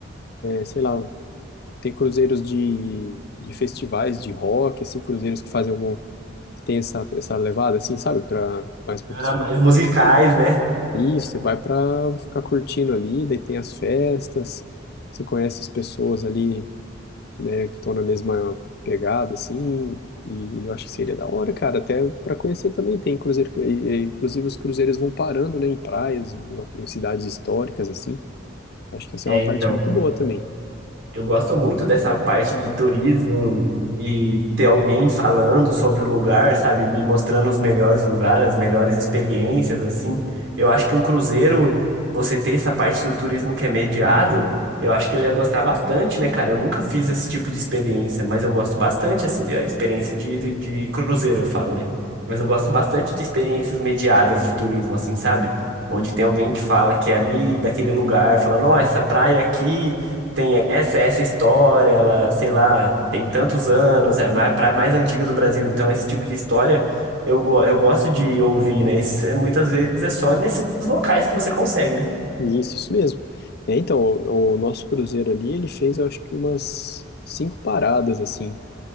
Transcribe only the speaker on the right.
Ah,
mais
musicais,
né?
é
então
Eu gosto muito dessa parte de turismo e ter alguém falando sobre o lugar, sabe? Me mostrando os melhores lugares, as melhores experiências, assim. Eu acho que um cruzeiro, você ter essa parte do turismo que é mediado, eu acho que eu ia gostar bastante, né, cara? Eu nunca fiz esse tipo de experiência, mas eu gosto bastante, assim, da experiência de, de, de cruzeiro, eu falo, né? Mas eu gosto bastante de experiências mediadas de turismo, assim, sabe? Onde tem alguém que fala que é ali daquele lugar, falando, ó, essa praia aqui tem essa, essa história, ela, sei lá, tem tantos anos, é a praia mais antiga do Brasil, então esse tipo de história eu, go- eu gosto de ouvir, né? Isso é, muitas vezes é só nesses locais que você consegue, né?